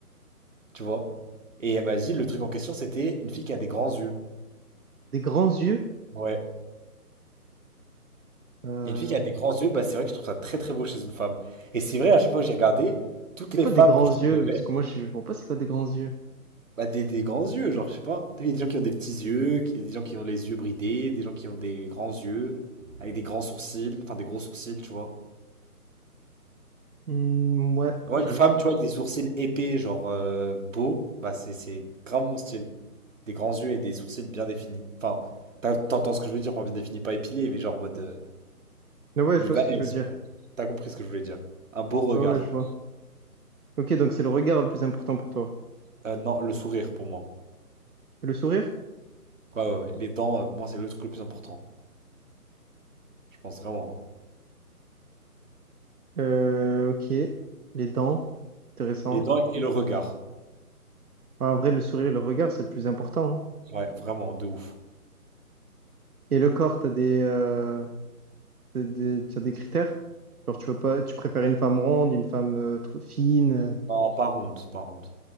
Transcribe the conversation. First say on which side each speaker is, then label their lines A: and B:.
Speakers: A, on the right; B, on the right.
A: Tu vois? Et elle m'a dit, le truc en question, c'était une fille qui a des grands yeux.
B: des grands yeux.
A: Ouais.
B: Euh,
A: Et une fille qui a des grands yeux, bah, c'est vrai que je trouve ça très, très beau chez une femme. Et c'est vrai, à chaque fois que j'ai regardé, toutes
B: C'est
A: les
B: quoi
A: femmes
B: des grands
A: que je
B: yeux?
A: trouvais belles,
B: Parce que moi, je, je vois pas c'est quoi des grands yeux.
A: Bah, des, des grands yeux, genre, je sais pas. T'as vu, Il y a des gens qui ont des petits yeux, qui- des gens qui ont les yeux bridés, des gens qui ont des grands yeux, avec des grands sourcils, enfin des gros sourcils, tu vois.
B: Hmm, ouais,
A: Moi,
B: je...
A: une femme, tu vois, avec des sourcils épais, genre euh, beaux, bah, c'est, c'est grave mon style. Des grands yeux et des sourcils bien définis. Enfin, t'as- t'entends ce que je veux dire par bien défini, pas épilé, mais genre en mode euh,
B: Mais ouais,
A: libanaise,
B: je vois ce que tu veux dire.
A: tu vois. T'as compris ce que je voulais dire. Un beau regard.
B: Ouais, ouais, je vois. Ok, donc c'est le regard le plus important pour toi.
A: Euh, non, le sourire pour moi.
B: Le sourire?
A: Ouais, ouais, ouais. Les dents, euh, moi, c'est le truc le plus important. Je pense vraiment. hein.
B: Euh, ok. Les dents? Intéressant.
A: Les dents et le regard.
B: Ouais, en vrai, le sourire et le regard, c'est le plus important. hein.
A: Ouais, vraiment, de ouf.
B: Et le corps, t'as des, euh, t'as des, t'as des critères? Genre, tu veux pas, tu préfères une femme ronde, une femme euh, trop fine, euh,
A: Non, pas ronde, pas ronde.